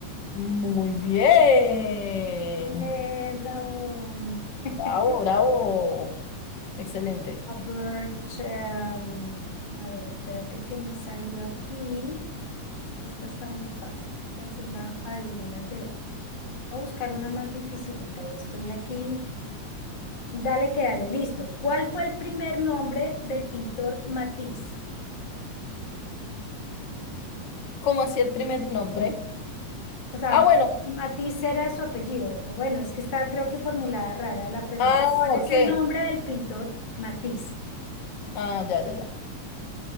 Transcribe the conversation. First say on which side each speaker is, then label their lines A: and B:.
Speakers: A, on the left; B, on the left.
A: Muy bien.
B: Eh, bravo. <laughs>
A: Bravo, bravo. Excelente.
B: A bird, um, a ver, espérate que me salió aquí. Es que esta está muy fácil. O sea, si la adivinas de uno. Voy a buscar una más dificilita. O estoy aquí. Dale que dale, listo. ¿Cuál fue el primer nombre del pintor Matisse?
A: ¿Cómo hacía el primer nombre?
B: O sea,
A: Ah, bueno.
B: Matisse era su apellido. O bueno, es que está creo que formulada rara la pregunta.
A: Ah,
B: ¿Cuál
A: ok.
B: es el nombre del pintor Matisse?
A: Ah, ya, ya, ya.